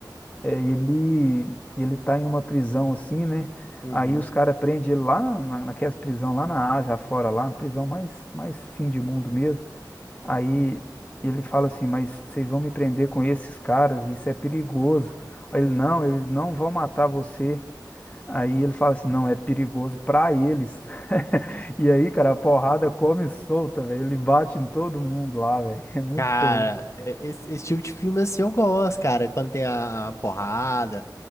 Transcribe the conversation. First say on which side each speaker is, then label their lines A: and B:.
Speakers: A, on the left (about 20°); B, on the left (about 40°).
A: É, ele, ele tá em uma prisão assim, né?
B: Uhum.
A: Aí os caras prendem ele lá na, na- naquelas prisão lá na Ásia, fora lá, prisão mais, mais fim de mundo mesmo. Aí ele fala assim, mas vocês vão me prender com esses caras, isso é perigoso. Aí ele, não, eles não vão matar você. Aí ele fala assim, não, é perigoso pra eles. <laughs> E aí, cara, a porrada come solta, velho. Ele bate em todo mundo lá, velho. <laughs> É muito
B: Cara,
A: doido.
B: e- esse, esse tipo de filme assim eu gosto, cara, quando tem a, a porrada,